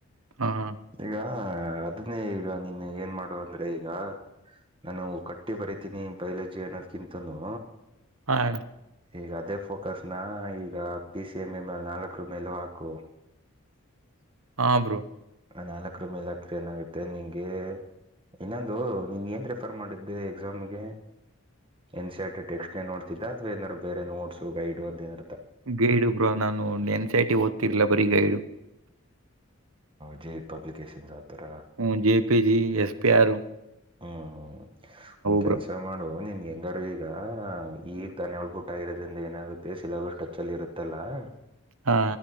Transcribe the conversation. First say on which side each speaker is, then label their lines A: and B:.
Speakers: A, on the right (about 70°); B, on the right (about 25°).
A: ಹಾ, ಹಾ.
B: ಈಗ ಅದನ್ನೇ ಈಗ ನೀನ್ನ ಏನ್ ಮಾಡುವ ಅಂದ್ರೆ ಈಗ ನಾನು ಕಟ್ಟಿ ಬರತೀನಿ ಬೈಲಜಿ ಆನಾದ್ಕಿತನು
A: ಆ ಅಣ್ಣ
B: ಈಗ ಅದೇ ಫೋಕಸ್ನ ಈಗ ಪಿ. ಸಿ. M M. ಮಲ್ ನಾಲ್ಕುರು ಮೇಲು ಹಾಕು <inaudible>
A: ಹಾ ಬ್ರೋ
B: ಆ ನಾಲ್ಕರ ಮೇಲೆ ಅಕ್ರ ಏನಾಗುತ್ತೆ ನಿಂಗೆ ಇನ್ನೊಂದು ನೀಮ ಏನು ರೆಫರ್ ಮಾಡಿದ್ದೆ ಎಕ್ಸಾಮ್ಗೆ? N. C. R. T text ನೋಡ್ದ್ದ ಅವಾ ಏದಾರ ಬೇ ನೋಟ್ಸ್ ಗೈಡ್ ಅಂತ ಏನ
A: ಗೈಡು ಬ್ರಾ ನಾನು ಎನ್ಸ ಐ. ಟಿ ಓದ್ತಿರ್ಲಿಲ್ಲ ಬರೀ ಗೈಡು
B: ಜಹದ <unintelligible> ಪಬ್ಲಿಕೇಶನ್ಸ್ ಆತರ
A: ಹ J. P. G S. P. R
B: ಹ್ಮ್ ಹ್ಮ ಒನ್ ಕೆಲಸ
A: ಬ್ರೋ.
B: ಮಾಡುವ ನೀನ್ ಹೆಂಗಾರ ಈಗ ಈಗ <unintelligible> ದನ್ೊಳ್ ಬುಟ ಆಗಿರೋದ್ರಿಂದ ಏನಾಗುತ್ತೆ ಸಿಲಬಸ್ ಟಚ್ ಅಲ್ಲಿ ಇರುತ್ತಲ್ಲಾ <inaudible>
A: ಹಾ